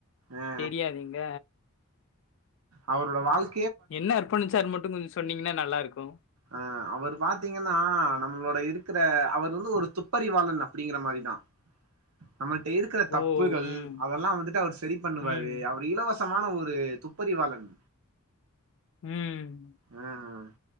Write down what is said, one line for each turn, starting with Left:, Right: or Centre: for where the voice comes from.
Right: ஆ
Left: தெரியாதுங்க
Right: அவரோட வாழ்
Left: என்ன அர்ப்பணிச்சார்ன் மட்டு கொஞ்ச சொன்னீங்கன்னா நல்லாருக்கு
Right: அ அவரு பாத்தீங்கன்னா நம்ளோட இருக்குற அவர் வந்து ஒரு துப்பறிவாளன் அப்டிங்கிற மாரிதா நம்மள்ட்ட இருக்கற தப்புகள்
Left: ஓ ம்
Right: அதல்லா வந்துட்டு அவர் செரி பண்ணுவாரு
Left: ம்
Right: அவர் இலவ சமான ஒரு துப்பறிவாளன்
Left: ம்
Right: ம்